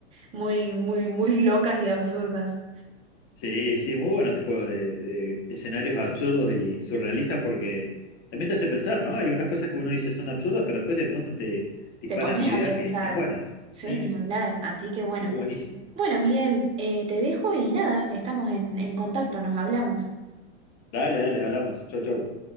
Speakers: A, on the right; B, on the left.
A: muy, muy, muy locas y absurdas.
B: Sí, sí, muy bueno este juego de, de escenarios absurdos y surrealistas porque también te hace pensar, ¿no? Hay unas cosas que uno dice son absurdas, pero después de pronto te disparan
A: Te pones
B: ideas
A: a pensar,
B: que están buenas.
A: sí,
B: Sí,
A: ni hablar, así que bueno.
B: sí que buenísimo.
A: Bueno, Miguel, eh, te dejo y nada, estamos en, en contacto, nos hablamos.
B: Dale, dale, hablamos. Chau, chau.